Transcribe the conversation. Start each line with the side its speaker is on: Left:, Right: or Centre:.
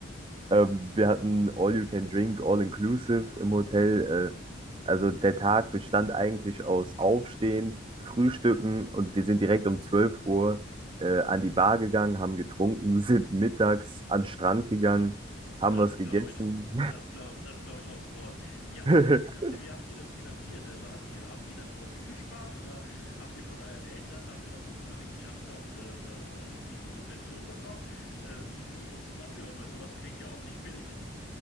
Right: ähm, wir hatten All You Can Drink, All Inclusive im Hotel. Äh, also der Tag bestand eigentlich aus Aufstehen, Frühstücken und wir sind direkt um 12 Uhr äh, an die Bar gegangen, haben getrunken, <laughs> sind mittags an den Strand gegangen, haben
Left: Das
Right: was
Left: glaube
Right: gegessen.
Left: ich, das glaube, das glaube ich aufs Wort. Wie habt
Right: <laughs>
Left: ihr das finan wie habt ihr das finanziert? Also hat die, hat jeder darauf hingespart oder habt ihr von euren Eltern dafür, dass ihr das Abi geschafft habt, äh, eine, weiß ich nicht, eine Subvention bekommen? Äh, wie, wie ist das abgelaufen? Weil sowas klingt ja auch nicht billig.